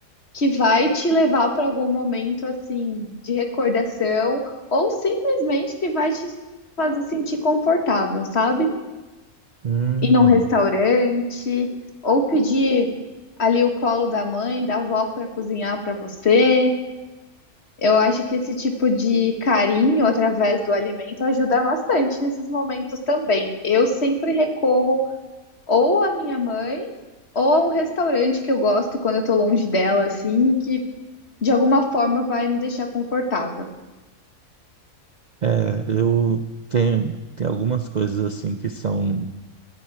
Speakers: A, on the left; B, on the right.
A: que vai te levar para algum momento assim de recordação ou simplesmente que vai te fazer sentir confortável, sabe?
B: Hum,
A: Ir num restaurante ou pedir ali o colo da mãe, da avó para cozinhar para você. Eu acho que esse tipo de carinho através do alimento ajuda bastante nesses momentos também. Eu sempre recorro ou à minha mãe ou a um restaurante que eu gosto quando eu tô longe dela, assim, e que de alguma forma vai me deixar confortável.
B: é, eu tenho, tem algumas coisas assim que são,